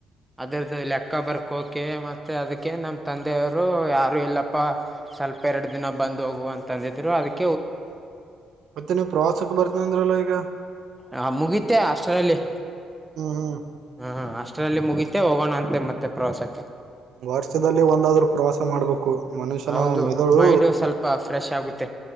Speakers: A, in the centre; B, on the right.
A: ಅದರ್ದು ಲೆಕ್ಕ ಬರ್ಕೋಕೆ ಮತ್ತೆ ಅದುಕ್ಕೆ ನಮ್ ತಂದೆಯವರು ಯಾರು ಇಲ್ಲಪ್ಪ ಸ್ವಲ್ಪ ಎರಡು ದಿನ ಬಂದು ಹೋಗುವ ಅಂತಂದಿದ್ರು ಅದಿಕ್
B: ಮತ್ತೆ ನೀವ್ ಪ್ರವಾಸಕ್ ಬರ್ತೀನ್ ಅಂದ್ರಲ್ಲ ಈಗ
A: ಹಾ ಮುಗೀತು ಅಷ್ಟರಲ್ಲಿ
B: ಹ್ಮ ಹ್ಮ
A: ಹಾ ಅಷ್ಟರಲ್ಲಿ ಮುಗೀತು ಹೋಗೋಣ ಅಂತೆ ಮತ್ತೆ ಪ್ರವಾಸಕ್ಕೆ
B: ವರ್ಷದಲ್ಲಿ ಒಂದಾದ್ರು ಪ್ರವಾಸ ಮಾಡ್ಬೇಕು ಮನುಷ್ಯನ
A: ಹೌದು
B: ಮೆದುಳು
A: ಮೈಂಡು ಸ್ವಲ್ಪ ಫ್ರೆಶ್ ಆಗುತ್ತೆ